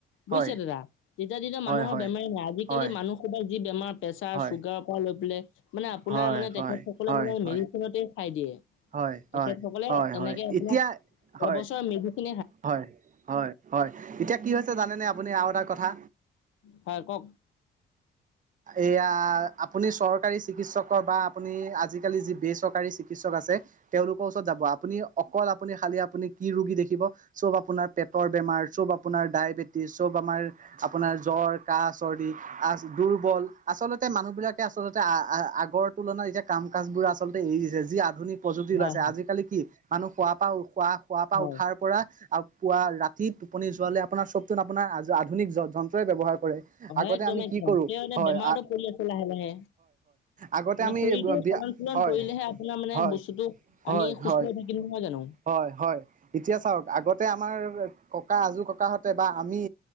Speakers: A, on the left; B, on the right.
A: বুজিছে
B: হয়
A: দাদা, তেতিয়া দিনাত
B: হয়
A: মানুহৰ
B: হয়
A: বেমাৰ নাই আজিকালি
B: হয়
A: মানুহ খোপাৰ যি বেমাৰ প্ৰেছাৰ,
B: হয়
A: চুগাৰৰ পৰা লৈ মানে, মানে আপোনাৰ
B: হয়
A: মানে
B: হয়
A: তেখেত সকলে
B: হয়
A: মানে
B: হয়
A: মেডিচিনতে খাই দিয়ে।
B: হয়
A: তেখেত
B: হয়
A: সকলে
B: হয়
A: এনেকে
B: হয়
A: আপোনাৰ,
B: এতিয়া হয়
A: এবছৰ মেডিচিন
B: হয়, হয়, হয়, এতিয়া কি হৈছে জানেনে আপুনি আৰু এটা কথা?
A: হয়, কওঁক।
B: এয়া, আপুনি চৰকাৰী চিকিৎসকৰ বা আপুনি আজিকালি যি বেচৰকাৰী চিকিৎসক আছে। তেওঁলোকৰ ওচৰত যাব আপুনি অকল আপুনি খালি আপুনি কি ৰোগী দেখিব, চব আপোনাৰ পেটৰ বেমাৰ চব আপোনাৰ ডায়েবেটিছ, চব আমাৰ আপোনাৰ জ্বৰ, কাঁহ, চৰ্দি <unintelligible> দুৰ্বল। আচলতে মানুহ বিলাকে আচলতে আ আগৰ তুলনাত এতিয়া কাম কাজ বোৰ আচলতে এৰি দিছে। যি আধুনিক, প্ৰযুক্তি
A: হয়,
B: ওলাইছে,
A: হয়,
B: আজিকালি কি মানুহ খোৱা পৰা, খোৱা খোৱা পৰা
A: হয়।
B: উঠাৰ পৰা পুৱা ৰাতি, আপুনি যোৱালৈ আপোনাৰ চবটো আপোনাৰ আধুনিক যন্ত্ৰৰেই ব্যৱহাৰ কৰিব।
A: হয়
B: আগতে
A: একদম
B: আমি
A: একদম
B: কি কৰো
A: সেইকাৰণে
B: হয়,
A: বেমাৰতো পৰি আছে লাহে লাহে।
B: আগতে
A: মানে
B: আমি,
A: শৰীৰটো চলন
B: বিয়া
A: চলন
B: হয়
A: কৰিলেহে আপোনাৰ মানে
B: হয়
A: বস্তুতটো,
B: হয়
A: আমি সুস্থ
B: হয়
A: হৈ থাকম নহয় জানো?
B: হয় হয়, এতিয়া চাওক আগতে আমাৰ ককা আজোৰ ককাহঁতে বা আমি,